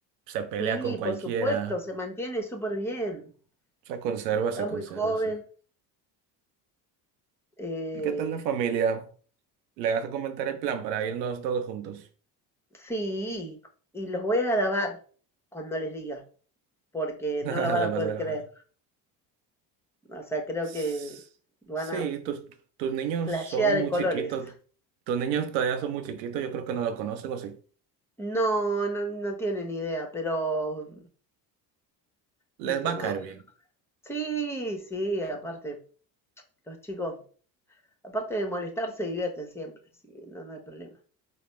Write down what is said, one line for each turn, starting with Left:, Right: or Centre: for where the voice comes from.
Right: se pelea
Centre: sí,
Right: con cualquiera,
Centre: por supuesto, se mantiene súper bien.
Right: se conserva,
Centre: Está
Right: se conserva,
Centre: muy joven.
Right: sí.
Centre: eh,
Right: ¿Y qué tal la familia? ¿Le vas a comentar el plan para irnos todos juntos?
Centre: sí, y los voy a grabar cuando les diga, porque
Right: <laughs>
Centre: no lo van
Right: Le
Centre: a poder
Right: vas a grabar.
Centre: creer. O sea, creo
Right: S-
Centre: que
Right: Sí,
Centre: van a
Right: tus, tus niños
Centre: flashear
Right: son muy
Centre: en colores.
Right: chiquitos. Tus niños todavía son muy chiquitos, yo creo que no lo conocen o sí.
Centre: No, no, no tienen idea, pero, viste,
Right: Les va
Centre: no.
Right: a caer bien.
Centre: Sí, sí, aparte, los chicos Aparte de molestar, se divierten siempre, así no, no hay problema.